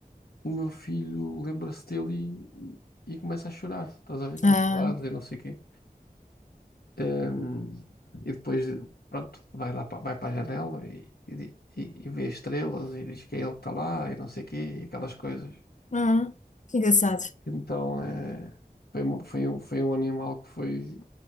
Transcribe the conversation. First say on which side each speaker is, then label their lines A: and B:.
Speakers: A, on the left (about 75°); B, on the left (about 50°).
A: o meu filho lembra-se dele e, e e começa a chorar. Estás a ver com
B: Ah,
A: saudades e não sei o quê. Hum, e depois, pronto, vai lá para, vai para a janela e, e, di- e- e vê estrelas e diz que é ele que está lá e não sei o quê, e aquelas coisas.
B: ah, que engraçado.
A: Então, é, foi, mu- foi, um, foi um animal que foi,